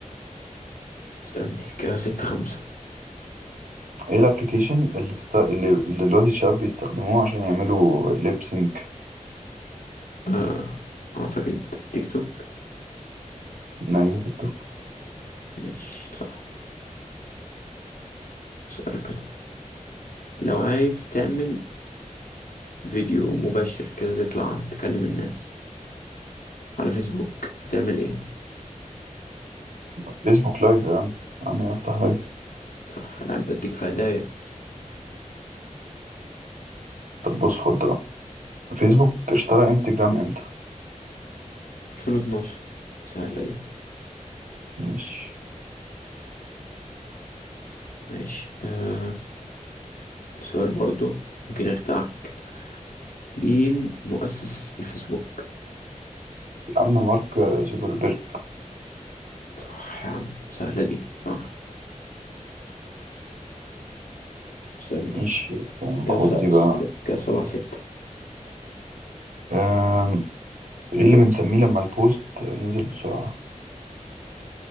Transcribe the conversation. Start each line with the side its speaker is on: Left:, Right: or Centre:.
Left: اسألني كده ستة خمسة
Right: إيه الأبليكيشن اللي, است... اللي اللي دلوقتي الشباب بيستخدموه عشان يعملوا ليبسينج
Left: آه. اعتقد تيك توك
Right: ايوه بالدوك
Left: مش صح اسألك أنا لو عايز تعمل فيديو مباشر كده تطلع تكلم الناس على فيسبوك بتعمل ايه
Right: فيسبوك لايف يا عم عم افتح لايف
Left: صح انا قاعد بديك في هدايا
Right: طب بص خد ده بقى فيسبوك اشترى انستجرام امتى
Left: 2012 سهلة دي
Right: مش
Left: ماشي آه سؤال برضو ممكن يخدعك مين مؤسس الفيسبوك
Right: يا عم مارك زوكربيرج
Left: صح يا عم سهلة دي صح سألني
Right: مش
Left: كاس
Right: خد دي بقى
Left: كاس سبعة ستة
Right: آم، ايه اللي بنسميه لما البوست ينزل بسرعة